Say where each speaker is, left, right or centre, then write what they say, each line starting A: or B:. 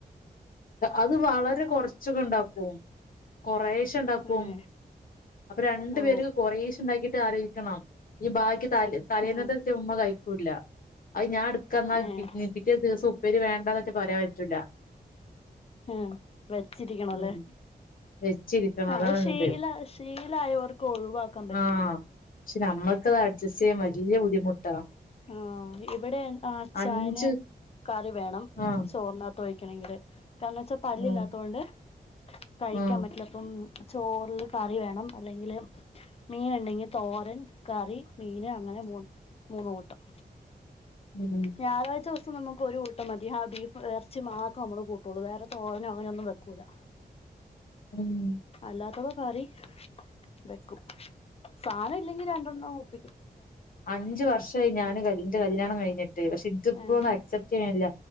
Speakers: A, on the left (about 60°); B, on the left (about 40°).
A: അത് വളരെ കൊറച്ചൊക്കെണ്ടാക്കും കൊറേശെ ഇണ്ടാക്കും
B: ഏഹ്
A: അപ്പൊ രണ്ടു
B: ഓ
A: പേര്ക്ക് കൊറേ സ് ണ്ടാക്കിട്ട് ആലൊയിക്കണം ഈ ബാക്കി തലേ തലേന്നത്തെ
B: ആഹ്
A: ച്ച മ്മ കയിക്കൂില്ല അത് ഞാൻടു ക്കന്നാൽ
B: ഏഹ്
A: പിറ്റേ ദിവസം ഉപ്പേരി വേണ്ടന്നൊച്ച പറയാൻ പറ്റൂല്ല.
B: ഉ വെച്ചിരിക്കണോ അല്ലേ
A: ഉം വെച്ചിരിക്കണം
B: ആ
A: അതാണ്
B: അത് ശീല
A: എന്ത്
B: ശീലായവർക്ക് ഒഴിവാക്കാൻ പറ്റില്ല.
A: ആഹ് പക്ഷെ നമ്മക്കത് അഡ്ജസ്റ്റ് ചെയ്യാൻ വല്ല്യെ ബുദ്ധിമുട്ടാ
B: ആ ഇവിടെ അച്ചായന്
A: അഞ്ച്
B: കറി വേണം
A: ആഹ്
B: ചോർണ കത്തൊയ്ക്കണെങ്കില് കാരണം വെച്ചാ പല്ലില്ലാത്തൊണ്ട്
A: ഉം
B: കഴിക്കാൻ
A: ആഹ്
B: പറ്റ പ്പം ചോറ്ല് കറി വേണം അല്ലെങ്കില്. മീന്ണ്ടെങ്കില് തോരൻ കറി മീന് അങ്ങനെ മൊ മോന്ന് കൂട്ടം
A: <inaudible>
B: ഞായറാഴ്ച ദിവസം ഞമ്മക്ക്‌ ഒരു കൂട്ടം മതി ഹാ ബീഫ് ഇറച്ചി മാത്ര മ്മള് കൂട്ടൊള്ളൂ വേറെ തോരനോ അങ്ങനെന്നും വെക്കൂല്ല.
A: ഉം
B: അല്ലാത്തപം കറി വെക്കും. സായന വില്ലെങ്കിൽ രണ്ടെണ്ണം ഒപ്പിക്കും.
A: അഞ്ചു വർഷായി ഞാന് ന്റെ കല്യാണം കഴിഞ്ഞിട്ട് പക്ഷെ ഇൻക്കിപ്പൊ
B: ഏ
A: അക്സെപ്റ്റ് ചെയ്യാനില്ല